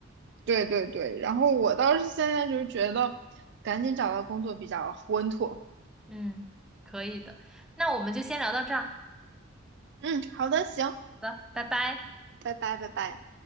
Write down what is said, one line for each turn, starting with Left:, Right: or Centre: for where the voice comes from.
Right: 对对对。然后我倒是现在就觉得，赶紧找到工作比较稳妥。
Centre: <laughs> 嗯，可以的，那我们就先聊到这儿，
Right: 嗯，好的，行，
Centre: 好的，拜拜。
Right: 拜拜拜拜。